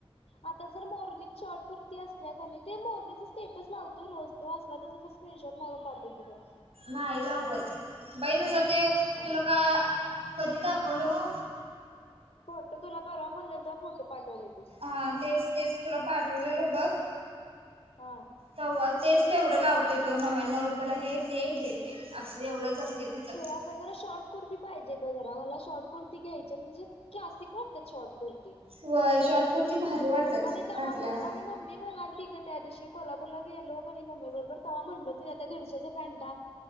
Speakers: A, on the left (about 90°); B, on the right (about 70°).
A: आता जर मोरणीत शॉर्ट कुर्ती असल्या का नाही ते मोरणीचा स्टेटस लावतोय रोज तो असला तर त त्याचा स्क्रीनशॉट मारून पाठवतो जरा.
B: मईला हबत बाई नुस ते
A: काय
B: तुला
A: नाही
B: का कधी दाखवलं ओ
A: फोटो तुला परवा म्हणलेल त फोटो पाठवलेलीस.
B: हा तेच तेच तुला पाठवलेल बघ.
A: हा.
B: तेव तेच तेवढं लावतो तो नव्याण्णव रुपयाला हे ते हे ते असं एवढंच असतं तिचं.
A: थोड्या जरा शॉर्ट कुर्ती पाहिजे ग घराला शॉर्ट कुर्ती घ्यायच्यात म्हणजे क्लासिक वाटतात शॉर्ट कुर्ती.
B: व्हय शॉर्ट कुर्ती भारी वाटतात
A: आणि दवा
B: घातल्यावर.
A: म आणि मम्मी म्हणालती कर त्या दिवशी कोल्हापूरला गेलो कणी मम्मी बरोबर तव्हा म्हणलो तिला त्या दीडशेच्या पॅन्टा